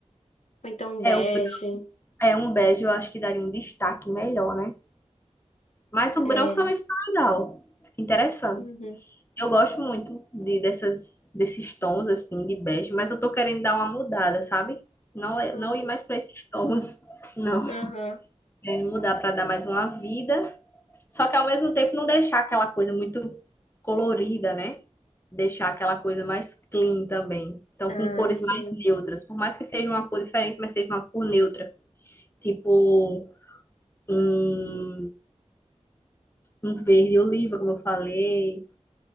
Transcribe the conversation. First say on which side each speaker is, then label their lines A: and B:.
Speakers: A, on the left; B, on the left.
A: ou então um
B: É,
A: bege.
B: o, bran- é um bege, eu acho que daria um destaque melhor, né? Mas o
A: É.
B: branco também fica legal. Fica interessante.
A: Uhum.
B: Eu gosto muito de, dessas, desses tons assim de bege, mas eu tô querendo dar uma mudada, sabe? Não, é-
A: Hum,
B: não ir mais para esses tons, <laughs> não.
A: Aham.
B: Querendo mudar para dar mais uma vida. Só que ao mesmo tempo não deixar aquela coisa muito colorida, né? Deixar aquela coisa mais clean também. Então,
A: Ah,
B: com cores
A: sim.
B: mais neutras. Por mais que seja uma cor diferente, mas seja uma cor neutra. Tipo um, um verde oliva, como eu falei